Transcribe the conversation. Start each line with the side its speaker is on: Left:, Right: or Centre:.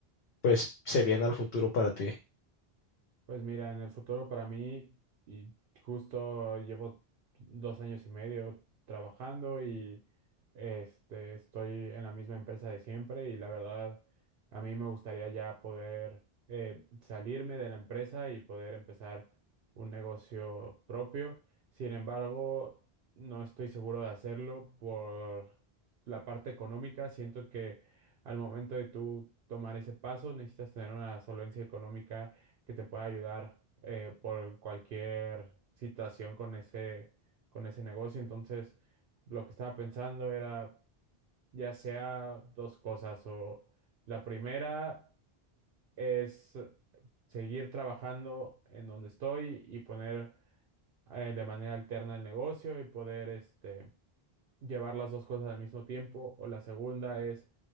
Left: pues se viene al futuro para ti.
Right: Pues mira, en el futuro para mí, y justo llevo dos años y medio trabajando y este, estoy en la misma empresa de siempre y la verdad, a mí me gustaría ya poder eh, salirme de la empresa y poder empezar un negocio propio. Sin embargo, no estoy seguro de hacerlo por la parte económica. Siento que al momento de tú tomar ese paso, necesitas tener una solvencia económica que te pueda ayudar eh, por cualquier situación con ese, con ese negocio. Entonces, lo que estaba pensando era ya sea dos cosas o la primera es seguir trabajando en donde estoy y poner eh, de manera alterna el negocio y poder este llevar las dos cosas al mismo tiempo, o la segunda es